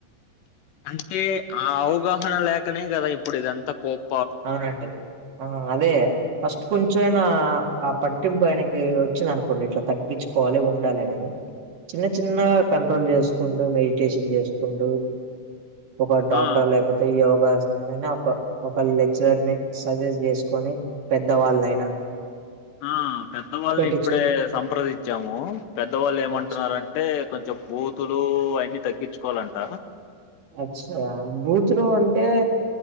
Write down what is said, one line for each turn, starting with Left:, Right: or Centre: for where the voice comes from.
Left: అంటే ఆ అవగాహన లేకనే కదా ఇప్పుడు ఇదంతా కోప
Right: అవునండి ఆ అదే ఫస్ట్ కొంచెమైనా ఆ పట్టింపు ఆయనకి వచ్చిందనుకోండి ఇట్లా తగ్గించుకోవాలి ఉండాలని చిన్న చిన్న కంట్రోల్ చేసుకుంటూ మెడిటేషన్ చేసుకుంటూ ఒక డాక్టర్
Left: ఆ
Right: లేకపోతే యోగా అయినా ఒక ఒకలె ర్ని సజెస్ట్ చేసుకొని పెద్దవాళ్ళైనా
Left: ఆ పెద్దవాళ్ళని ఇప్పుడే
Right: ఇచ్చుకో
Left: సంప్రదించాము పెద్దవాళ్ళు ఏమంటున్నారంటే
Right: అచ్చ
Left: కొంచెం బూతులు అన్ని తగ్గించుకోవాలంట
Right: అచ్చా బూతులు అంటే